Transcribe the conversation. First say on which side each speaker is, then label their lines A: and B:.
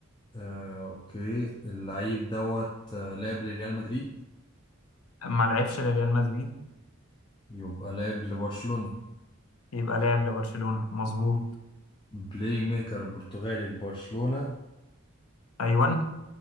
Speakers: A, on the left; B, on the left.
A: آه، اوكي اللعيب دوت آه، لعب لريال مدريد
B: ما لعبش لريال مدريد
A: يبقى لعب لبرشلونة
B: يبقى لاعب لبرشلونة مظبوط
A: بلاي ميكر برتغالي لبرشلونة
B: ايوه